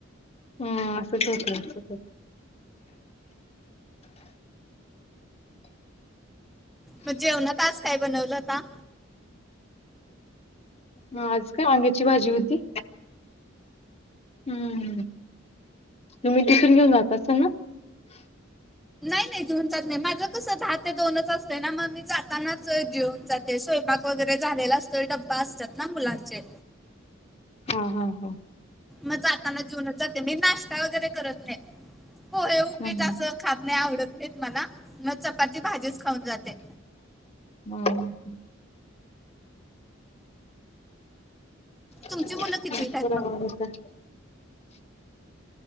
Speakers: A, on the left; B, in the centre.
A: हम् असंच होतं
B: मग जेवणात आज काय बनवला होता
A: ह आज काय वांग्याची भाजी होती हम्म तुम्ही टिफीन घेऊन जात असाल ना
B: नाही, नाही घेऊन जात नाही माझं कस दहा ते दोनच असतय ना मग मी जातानाच जेऊन जात ते स्वयंपाक वगैरे झालेला असतोय डब्बा असत्यात ना मुलांचे
A: हा- हा- हा
B: मग जाताना जेवूनच जाते मी नाश्ता वगैरे करत नाही पोहे उपीट
A: हम्म
B: अस खात नाही आवडत नाही मला मग चपाती भाजीच खाऊन जाते
A: हम <inaudible>
B: तुमची मुलं कितवीला आहेत मग